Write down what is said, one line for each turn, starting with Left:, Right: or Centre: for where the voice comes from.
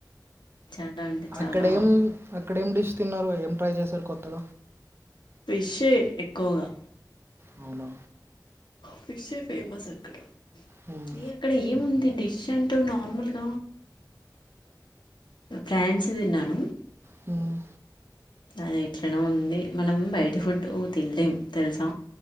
Left: చాలా అంటే చాలా
Right: అక్కడేం అక్కడేం డిష్ తిన్నారు ఏం ట్రై చేశారు కొత్తగ
Left: పిష్ ఎ ఎక్కువగా
Right: అవునా
Left: ఫిష్ ఎ ఫేమస్ అక్కడ
Right: హ్మ్.
Left: ఏ అక్కడ ఏముంది డిష్ అంటూ నార్మల్గ ఫ్రాన్స్ తిన్నాను
Right: హ్మ్.
Left: అది ఎట్లనో ఉంది మనం బయటి ఫుడ్ తినలేం తెలుసా